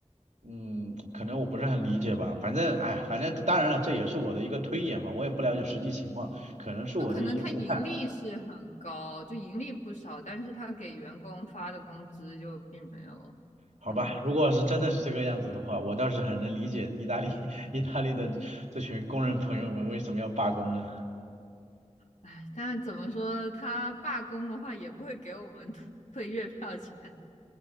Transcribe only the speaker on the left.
就可能他盈利是很高，就盈利不少，但是他给员工发的工资就并没有那么多。
哎，但怎么说，他罢工的话也不会给我们退 <laughs> 退月票钱，